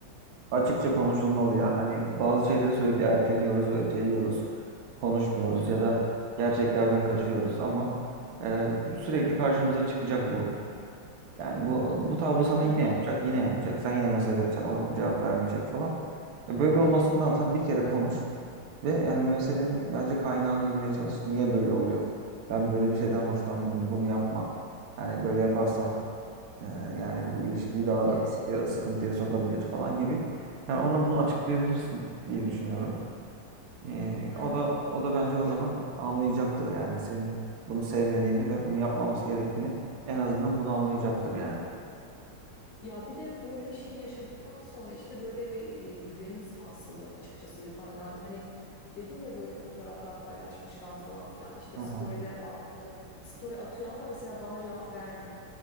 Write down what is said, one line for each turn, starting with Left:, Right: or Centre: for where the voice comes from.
Right: açıkça konuşulmalı ya. Hani bazı şeyleri sürekli erteliyoruz ve öteliyoruz. Konuşmuyoruz
Left: Hı hı.
Right: ya da gerçeklerden kaçıyoruz ama e, sürekli karşımıza çıkacak bu. Yani bu bu tavrı sana
Left: Hı
Right: yine
Left: hı.
Right: yapacak, yine yapacak. Sen yine mesaj atacaksın, o cevap vermeyecek falan. E böyle
Left: Hı.
Right: olmasındansa bir kere konuş ve yani meselenin bence kaynağına inmeye çalış. Niye böyle oluyor? Ben böyle bir şeyden hoşlanmıyorum. Bunu yapma. Yani böyle yaparsan e, yani bu ilişkiyi daha da
Left: Evet.
Right: sıkıya- sıkıntıya sokabilir falan gibi. Yani ona bunu açıklayabilirsin diye düşünüyorum. E,
Left: Hı
Right: o
Left: hı.
Right: da o da bence o
Left: Ya
Right: zaman anlayacaktır yani senin bunu sevmediğini ve bunu yapmaması gerektiğini en azından bunu anlayacaktır yani.
Left: Ya bir de böyle bir şey yaşadıktan sonra işte böyle bir e, güvenim sarsıldı açıkçası İrfan. Yani hani dedim ya böyle fotoğraflar paylaşmışlar falan filan işte
Right: Aha.
Left: storyler attı. Story atıyor ama mesela bana cevap vermiyor.